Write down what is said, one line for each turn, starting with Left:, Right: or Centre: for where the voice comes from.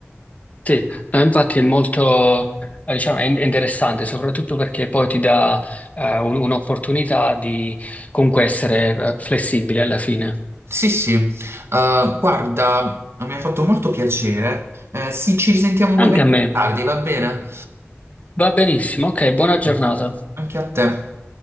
Left: Sì, no, infatti è molto, eh, diciamo, è in- è interessante, soprattutto perché poi ti dà eh, un- un'opportunità di comunque essere eh, flessibile alla fine.
Right: Sì, sì, Eh, guarda, mi ha fatto molto piacere. Eh, sì, ci risentiamo magari
Left: Anche a me.
Right: tardi, va bene?
Left: Va benissimo, ok, buona giornata.
Right: Sì. Anche a te.